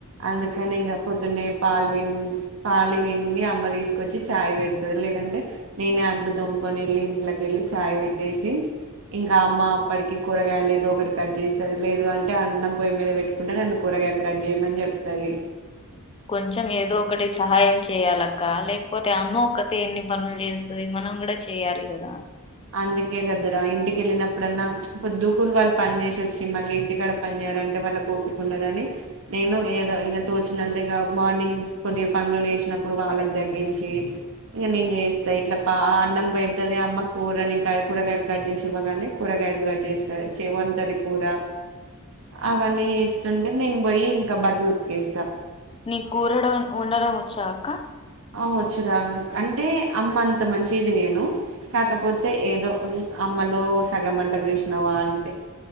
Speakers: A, on the right; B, on the left.
A: అందుకని ఇంకా పొద్దున్నే పాలు విండి పాలు విండి అమ్మ తీసుకొచ్చి చాయ్ పెడతుంది లేదంటే నేనే అంట్లు దోముకొని వెళ్ళి ఇంట్లోకి వెళ్ళి చాయ్ పెట్టేసి ఇంకా అమ్మ అప్పటికి కూరగాయ లేదు ఒకటి కట్ చేస్తది లేదు అంటే అన్నం పొయ్య మీద పెట్టుకుంటే నన్ను కూరగాయలు కట్ చేయమని చెప్తాది
B: కొంచెం ఏదో ఒకటి సహాయం చేయాలక్క లేకపోతే అమ్మ ఒక్కతే ఎన్ని పనులు చేస్తాది మనం కూడా చేయాలి కదా
A: అందుకే కదరా ఇంటికి వెళ్ళినప్పుడన్నా పొద్దుగురు వాళ్ళు పని చేసి వచ్చి మళ్ళీ ఇంటికాడ పని చేయాలంటే వాళ్ళకి ఒపిక ఉండదని నేను ఏదో ఇకా తోచినంత ఇంకా మార్నింగ్ కొద్దిగా పనులు లేచినప్పుడు వాళ్ళకి తగ్గించి ఇంక నేను చేస్తా ఇట్లా పా అన్నం పెడుతది అమ్మ కూరని ఇంకా కూరగాయలు కట్ చేసి ఇవ్వగానే కూరగాయలు కట్ చేస్తా చేవంతది కూర అవన్నీ చేస్తుంటే నేను పోయి ఇంకా బట్టలు ఉతికేస్తా
B: నీకు కూర వండ వండడం వచ్చా అక్క
A: అ వచ్చు రా అంటే అమ్మ అంత మంచి చెయను కాకపోతే ఏదో అమ్మలో సగంవంట చేసినావా అంతే